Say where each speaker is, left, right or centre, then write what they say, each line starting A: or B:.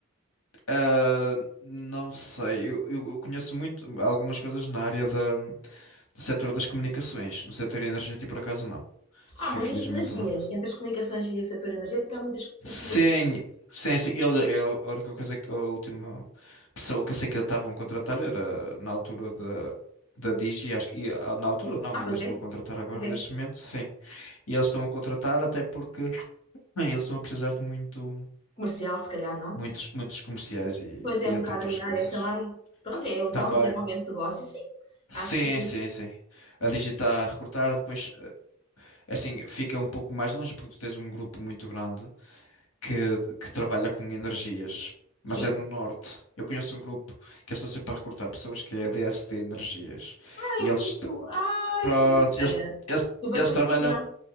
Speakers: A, on the left; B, on the left.
A: Ah, não sei, eu, eu- eu conheço muito algumas coisas na área da, do setor das comunicações, no setor energético por acaso não.
B: Há muitas
A: Infelizmente
B: sinergias
A: não.
B: entre as comunicações e o setor energético, há muitas
A: Sim,
B: sinergias.
A: sim, sim. Ele, ele- a única coisa que a última pessoa que eu sei que estavam a contratar era na altura da, da Digi, acho que e, ah, na altura não,
B: Ah,
A: ainda
B: pois
A: estou
B: é,
A: a contratar agora
B: pois é.
A: neste momento, sim. E eles estão a contratar até porque <clears throat> bem, eles estão a precisar de muito,
B: Comercial, se calhar não.
A: muitos, muitos comerciais e,
B: Pois é,
A: e
B: um
A: entre
B: bocado
A: outras
B: a minha
A: coisas.
B: área também. Pronto, é o tal
A: Também,
B: desenvolvimento de negócio, sim.
A: sim,
B: Acho que
A: sim, sim. A Digi está a recrutar, depois assim fica um pouco mais longe porque tu tens um grupo muito grande. que, que trabalha com energias,
B: sim.
A: mas é no norte. Eu conheço um grupo que eu estou sempre a recrutar pessoas que é DST Energias.
B: Ah,
A: E
B: eu
A: eles,
B: conheço.
A: tra-
B: Ah, olha
A: pronto,
B: que grande ideia.
A: eles, eles,
B: Super
A: eles
B: conhecida.
A: trabalham,